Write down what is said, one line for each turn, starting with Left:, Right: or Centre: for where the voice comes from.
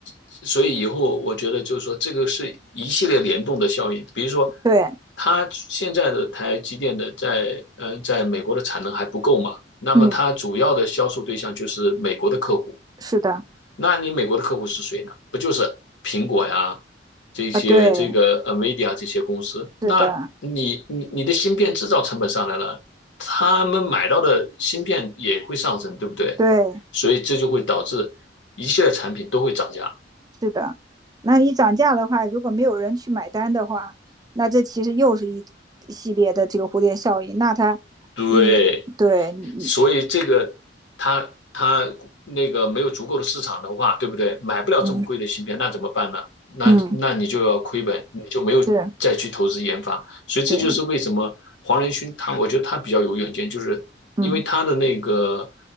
Left: 所以以后我觉得就是说，这个是一系列联动的效应。比如说，
Right: 对，
Left: 他现在的台积电的在呃在美国的产能还不够嘛，那么它主要的销售对象就是美国的客户，
Right: 嗯，是的，
Left: 那你美国的客户是谁呢？不就是苹果呀，这些这个
Right: 啊，对，
Left: NVIDIA 这些公司？
Right: 是的，
Left: 那你你你的芯片制造成本上来了，他们买到的芯片也会上升，对不对？
Right: 对，
Left: 所以这就会导致一系列产品都会涨价。
Right: 是的，那你涨价的话，如果没有人去买单的话，那这其实又是一系列的这个蝴蝶效应。那它，
Left: 对。
Right: 嗯，对你，你，
Left: 所以这个它它那个没有足够的市场的话，对不对？买不了这么贵的芯片，
Right: 嗯
Left: 那怎么办呢？那那你就要亏本，
Right: 嗯，
Left: 你就没有再去投资研发。
Right: 是，
Left: 所以这就是为什么黄仁勋他，
Right: 对，
Left: 我觉得他比较有远见，就是因为他的那个
Right: 嗯